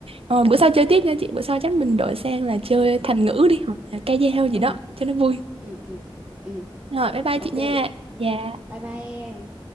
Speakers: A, on the right; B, on the right.
A: ờ, bữa sau chơi tiếp nha chị bữa sau chắc mình đổi sang là
B: ok.
A: chơi thành ngữ đi hoặc là ca dao gì
B: Ừ,
A: đó cho nó vui
B: ừ, ừ, ừ,
A: rồi bye bye
B: ok.
A: chị nha dạ
B: Bye bye em.